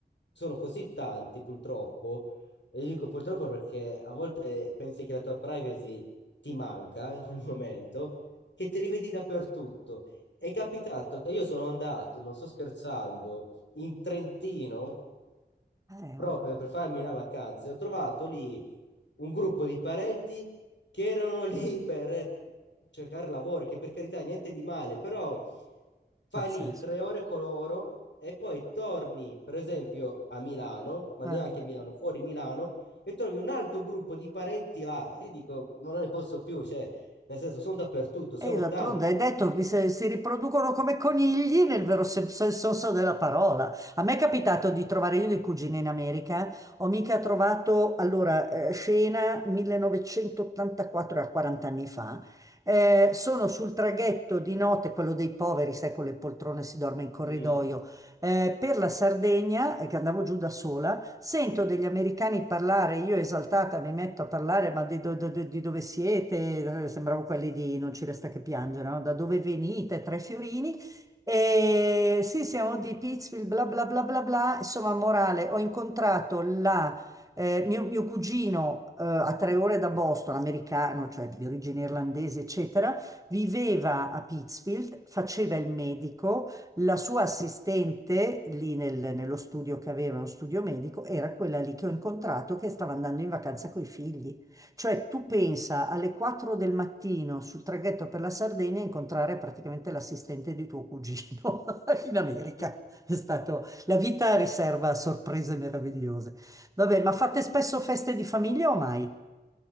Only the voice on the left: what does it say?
sono così tanti purtroppo, e io dico purtroppo perché a volte pensi che la tua privacy ti manca in quel <laughs> momento, che te li vedi dappertutto. È capitato che io sono andato, non sto scherzando, in Trentino
proprio
per farmi una vacanza. e Ho trovato lì un gruppo di parenti che erano <laughs> lì per eh, cercare lavoro, che per carità niente di male, però fai
lì tre ore con loro e poi torni, per esempio, a Milano, ma
neanche a Milano, fuori Milano, e trovi un altro gruppo di parenti là e dico, ma non ne posso più, cioè, nel senso, sono dappertutto, siamo
tanti.
Mm.
<laughs>